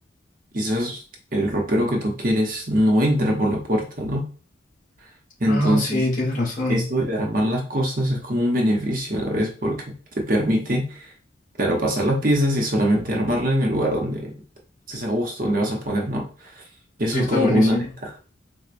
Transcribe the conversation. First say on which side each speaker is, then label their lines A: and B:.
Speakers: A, on the right; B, on the left.
A: quizás el ropero que tú quieres no entra por la puerta, ¿no? Entonces,
B: Ah, sí, tienes razón.
A: esto de armar las cosas es como un beneficio a la vez porque te permite Claro, pasar las piezas y solamente armarla en el lugar donde estés a gusto, donde vas a poner, ¿no? Y
B: Sí,
A: eso
B: está
A: es como
B: buenísimo.
A: una ventaja.